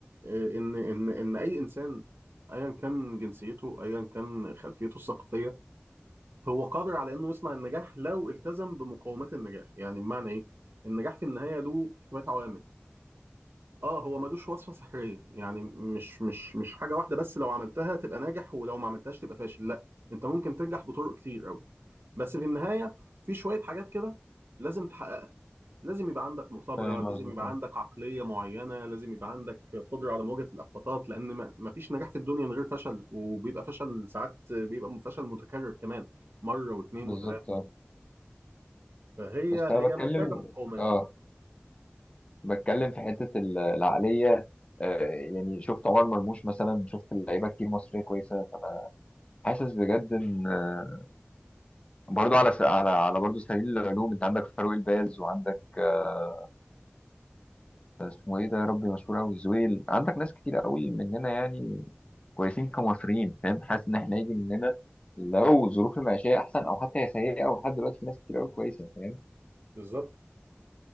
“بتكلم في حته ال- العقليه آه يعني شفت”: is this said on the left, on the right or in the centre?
Left